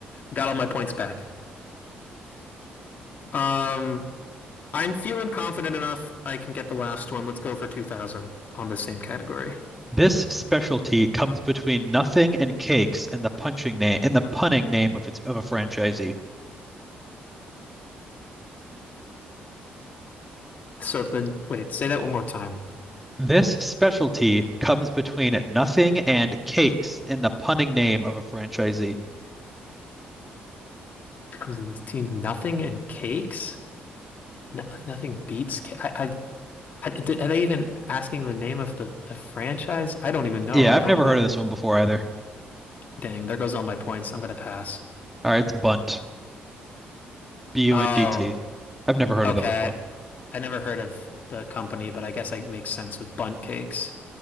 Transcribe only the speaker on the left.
got all my points back. Um, I'm feeling confident enough I can get the last one. Let's go for 2000 on the same category.
So then, wait, say that one more time.
It comes in between nothing and cakes. No, nothing beats. Ca- I, I, I, are they even asking the name of the, the franchise? I don't even know.
I
don't.
I,
dang, there goes all my points. I'm gonna pass.
Oh,
okay.
I never heard of the company, but I guess it makes sense with bunt cakes.